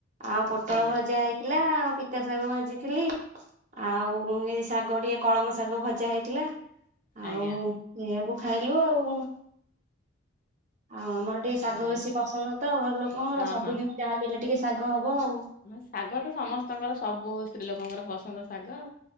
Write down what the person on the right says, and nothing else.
ଆଉ ପୋଟଳ
ଭଜା ହେଇଥିଲା ଆଉ ପିତା ଶାଗ ଭାଜିଥିଲି ଆଉ ଏ ଶାଗ ଟିକେ କଳମ ଶାଗ ଭଜା ହେଇଥିଲା ଆଉ
ସେଇଆକୁ ଖାଇଲୁ ଆଉ। ଆଉ ଆମର ଟିକେ ଶାଗ
ବେଶୀ ପସନ୍ଦ ତ ଘର ଲୋକଙ୍କର
ସବୁଦିନ
ଯାହା ବି ହେଲେ ଟିକେ ଶାଗ ହବ। ଆଉ।